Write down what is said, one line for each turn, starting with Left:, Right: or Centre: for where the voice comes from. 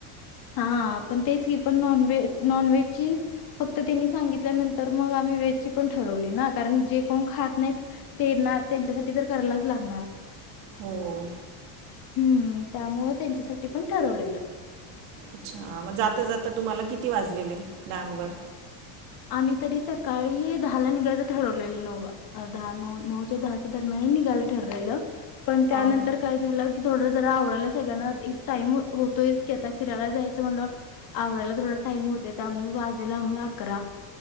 Left: हा पण तेच की पण नॉनव्हेज नॉनव्हेजची फक्त त्यांनी सांगितल्यानंतर मग आम्ही व्हेजची पण ठरवली ना कारण जे कोण खात नाहीत तेना त्यांच्यासाठी तर करायलाच लागणार.
Right: हो
Left: हम्म त्यामुळ त्यांच्यासाठी पण ठरवलेलं.
Right: अच्छा म जाता जाता तुम्हाला किती वाजलेले डॅम वर.
Left: मी तरी सकाळी दहाला निघायचं ठरवलेलं नऊला दहा नऊ नऊच्या दहाच्या दरम्यान निघायला ठरलेलं पण
Right: हां
Left: त्यानंतर काय झालं की थोडं जरा आवरायला सगळ्यांना एक टाइम होत होतोयच की आता फिरायला जायचं म्हणल्यावर आवरायला थोडा टाईम होते त्यामुळे वाज लेला आम्हाला अकरा.